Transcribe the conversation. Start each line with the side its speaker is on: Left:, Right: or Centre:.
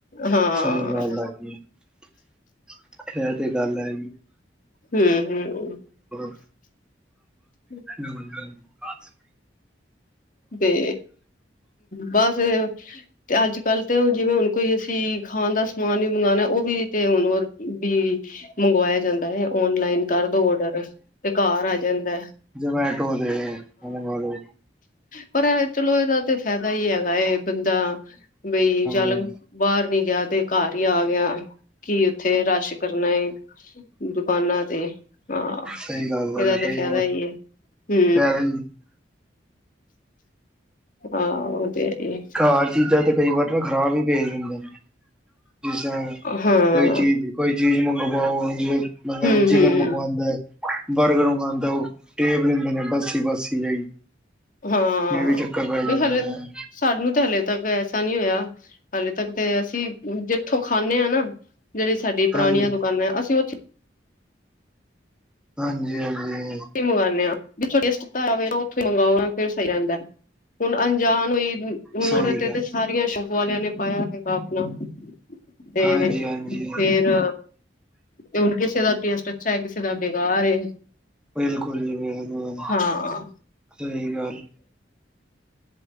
Left: ਹਾਂ
Centre: ਸਹੀ ਗਾਲ ਆਖੀ ਹੈ ਫਿਰ ਤੇ ਗੱਲ ਹੈ
Left: ਹਮ ਹਮ
Centre: <inaudible>
Left: ਹੂ
Centre: ਹਾਂ <inaudible>
Left: ਤੇ ਬਸ ਤੇ ਅੱਜ ਕੱਲ ਤੇ ਜਿਵੇਂ ਹੁਣ ਕੋਈ ਅਸੀਂ ਖਾਣ ਦਾ ਸਮਾਨ ਵੀ ਮੰਗਵਾਉਣਾ ਉਹ ਵੀ ਤੇ ਹੁਣ ਵੀ ਮੰਗਵਾਇਆ ਜਾਂਦਾ ਹੈ, ਓਨਲਾਈਨ ਕਰਦੋ ਔਡਰ ਤੇ ਘਰ ਆ ਜਾਂਦਾ ਹੈ
Centre: ਜੋਮੈਟੋ ਦੇ ਮੰਗਵਾਲੋ
Left: ਪਰ ਐਵੇਂ ਚਲੋ ਇਹਦਾ ਤੇ ਫਾਇਦਾ ਹੀ ਹੈਗਾ ਬੰਦਾ ਬਈ ਚੱਲ
Centre: ਹੈ
Left: ਬਾਹਰ ਨੀ ਗਿਆ ਤੇ ਘਰ ਹੀ ਆ ਗਿਆ, ਕੀ ਉੱਥੇ ਰਸ਼ ਕਰਨਾ ਐ ਦੁਕਾਨਾਂ ਤੇ, ਹਾਂ
Centre: ਸਹੀ ਗੱਲ ਹੈ
Left: ਇਹਦਾ
Centre: ਜੀ
Left: ਤੇ
Centre: ਕਈ
Left: ਫਾਇਦਾ ਹੀ ਹੈ ਹੂ
Centre: ਪੈਦਲ
Left: ਹਾਂ ਉਹ ਤੇ ਹੈ ਹੀ ਏ
Centre: ਘਰ ਚੀਜ਼ਾਂ ਤੇ ਕਈ ਵਾਰ ਨਾ ਖਰਾਬ ਹੀ ਭੇਜ ਦਿੰਦੇ ਨੇ ਜਿਸ ਤਰਹ
Left: ਹਾਂ
Centre: ਕੋਈ ਚੀਜ਼ ਕੋਈ ਚੀਜ਼ ਮੰਗਵਾਓ ਜੀਵੇਂ ਮ
Left: ਹੂੰ-ਹੂੰ
Centre: ਚਿਕਨ ਮੰਗਵਾਉਂਦਾ ਬਰਗਰ ਉਗਾਉਂਦਾ ਉਹ ਟੇਪ ਲਿੰਦੇ ਨੇ ਬਾਸੀ ਬਾਸੀ ਜਈ
Left: ਹਾਂ
Centre: ਇਹ ਵੀ ਚੱਕਰ ਪੈ ਜਾਂਦਾ
Left: ਵੀ ਹਲੇ
Centre: ਹੈ
Left: ਸਾਨੂੰ ਤੇ ਹਾਲੇੇ ਤੱਕ ਐਸਾ ਨਹੀਂ ਹੋਇਆ, ਹਾਲੇ ਤੱਕ ਤੇ ਅਸੀਂ ਜਿੱਥੋਂ ਖਾਂਦੇ ਹਾਂ ਨਾ ਜਿਹੜੀ ਸਾਡੀ ਪੁਰਾਣੀਆਂ
Centre: ਹਾਂਜੀ
Left: ਦੁਕਾਨਾਂ, ਅਸੀਂ ਉਹ
Centre: ਹਾਂਜੀ ਹਾਂਜੀ
Left: ਮੰਗਵਾਉਂਦੇ ਹਾਂ, ਜਿਥੋਂ ਟੇਸਟ ਕੀਤਾ ਹੋਵੇ ਨਾ ਉੱਥੇ ਈ ਮੰਗਵਾਓ ਫ਼ਿਰ ਸਹੀ ਰਹਿੰਦਾ ਹੈ ਹੁਣ ਅਣਜਾਨ ਵੀ ਹੁਣ
Centre: ਸਹੀ
Left: ਔਦੇ
Centre: ਗੱਲ
Left: ਤੇ ਸਾਰੀਆਂ ਸ਼ਕ ਵਾਲਿਆਂ ਨੇ ਪਾਇਆ ਆਪਣਾ ਤੇ
Centre: ਹਾਂਜੀ-ਹਾਂਜੀ,
Left: ਫੇਰ ਤੇ ਹੁਣ ਕਿਸੇ ਦਾ ਟੇਸਟ ਅੱਛਾ ਹੈ, ਕਿਸੇ ਦਾ ਬੇਕਾਰ ਐ
Centre: ਬਿਲਕੁਲ ਜੀ ਬਿਲਕੁਲ
Left: ਹਾਂ
Centre: ਸਹੀ ਗੱਲ